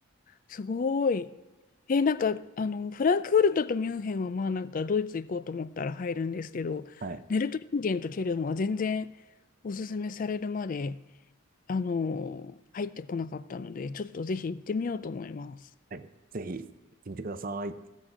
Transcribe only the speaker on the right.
はい。
はい。ぜひ行ってみてください。